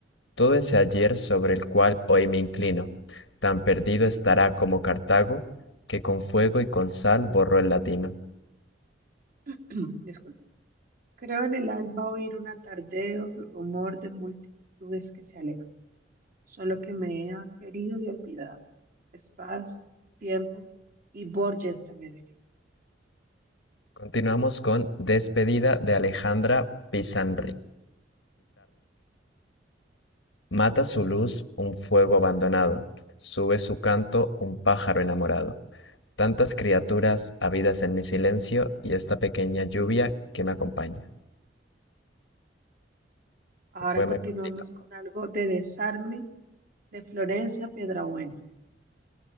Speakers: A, on the left; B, on the right.
A: Todo ese ayer sobre el cual hoy me inclino, tan perdido estará como Cartago, que con fuego y con sal borró el latino.
B: <clears throat> Disculpa. Creo en el alba oír un atardeo, rumor de multitudes que se alejan. Son lo que me ha querido y olvidado. Espacio, tiempo y Borges ya me ve.
A: Continuamos con Despedida de Alejandra Pizarnik. Mata su luz un fuego abandonado, sube su canto un pájaro enamorado. Tantas criaturas habidas en mi silencio y esta pequeña lluvia que me acompaña.
B: Ahora
A: Un poema
B: continuamos
A: cortito.
B: con algo de desarme de Florencia Piedrabuena.